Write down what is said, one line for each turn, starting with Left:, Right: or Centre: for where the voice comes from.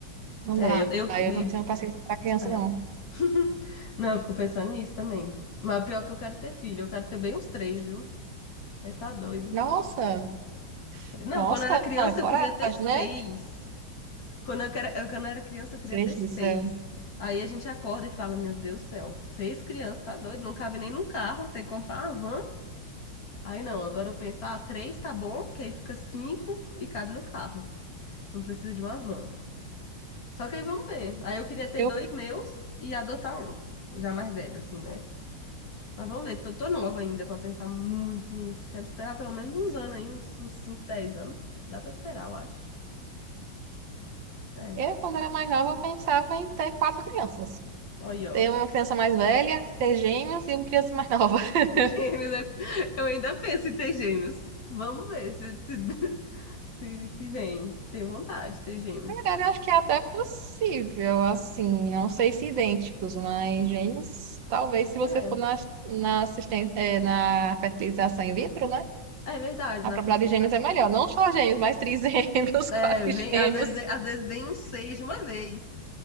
Right: não
Left: É,
Right: dá.
Left: eu, eu
Right: Eu
Left: me-
Right: não tenho paciência para criança,
Left: é.
Right: não.
Left: <laughs> Não, eu fico pensando nisso também. Mas pior é que eu quero ter filho, eu quero ter bem uns três, viu? É, tá doido.
Right: Nossa,
Left: Não,
Right: nossa,
Left: quando eu era criança
Right: coragem,
Left: eu queria ter seis.
Right: né?
Left: Quando eu era, quando eu era criança, eu queria
Right: Gente
Left: ter seis.
Right: do céu.
Left: Aí a gente acorda e fala, meu Deus do céu, seis crianças, tá doido? Não cabe nem num carro, tem que comprar uma van. Aí não, agora eu penso, ah, três tá bom, que aí fica cinco e cabe no carro. Não precisa de uma van. Só que aí vamos ver. Aí eu queria ter
Right: Eu,
Left: dois meus e adotar um, já mais velho, assim, né? Mas vamos ver, tô, tô nova ainda pra pensar muito nisso. Quero esperar pelo menos uns anos aí, uns, uns 5 10 anos. Dá pra esperar, eu acho. É,
Right: eu, quando era mais nova, eu pensava em ter quatro crianças.
Left: olha aí, ó.
Right: ter uma criança mais velha, ter gêmeos e uma criança mais nova. <laughs>
Left: <laughs> Eu ainda penso em ter gêmeos. Vamos ver se, se, <laughs> se, se vem. Tenho vontade de ter gêmeos.
Right: Na verdade, eu acho que é até possível, assim, não sei se idênticos, mas gêmeos, talvez se você
Left: É,
Right: for na, na assistência, na fertilização in vitro, né?
Left: é verdade, na
Right: A probabilidade
Left: fertilização
Right: de gêmeos é melhor.
Left: dá.
Right: Não só gêmeos, mas trigêmeos,
Left: É,
Right: <laughs> quadrigêmeos.
Left: vem, às vezes, às vezes vem um seis de uma vez.